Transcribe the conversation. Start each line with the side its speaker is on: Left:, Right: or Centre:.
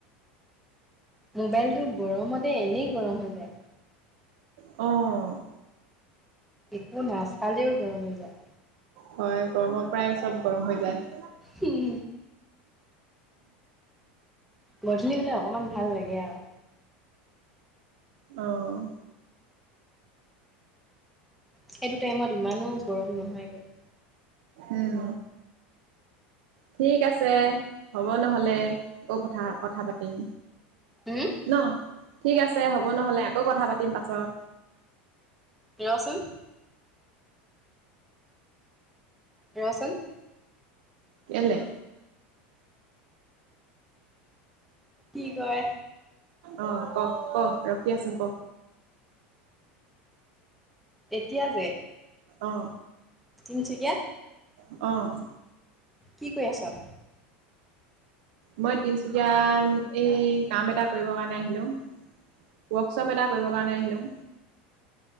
Centre: মোবাইলটো গৰমতে, এনেই গৰম হৈ যায়।
Right: অ'।
Centre: একো নাচালেও গৰম হৈ যায়।
Right: হয়, গৰমৰ পৰাই চব গৰম হৈ যায়।
Centre: উম। গধূলি হ'লে অকণমান ভাল লাগে আৰু।
Right: অ'।
Centre: সেইটো টাইমত ইমানো গৰম নহয়গে।
Right: উম, ঠিক আছে। হ'ব নহ'লে, আকৌ কথা, কথা পাতিম।
Centre: উম?
Right: ন? ঠিক আছে হ'ব নহ'লে, আকৌ কথা পাতিম পাছত।
Centre: পিয়চোন। ৰচোন।
Right: কেলে?
Centre: কি কয়?
Right: অ', ক, ক, ৰখি আছোং ক।
Centre: তেতিয়া যে
Right: অ'।
Centre: তিনিচুকীয়াত।
Right: অ'।
Centre: কি কৰি আছ।
Right: মই তিনচুকীয়াত, এই কাম এটা কৰিব কাৰণে আহিলোঁ। ৱৰ্কশ্বপ এটা কৰিবৰ কাৰণে আহিলোঁ।